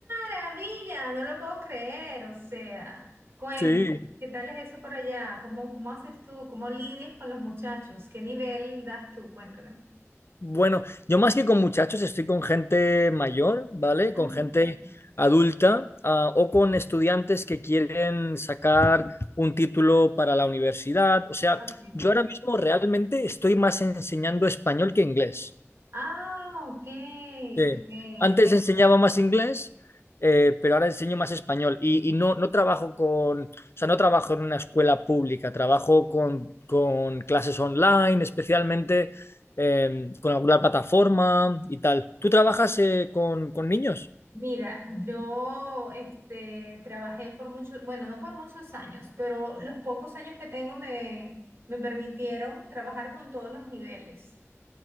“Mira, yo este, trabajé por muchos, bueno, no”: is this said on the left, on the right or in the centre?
Right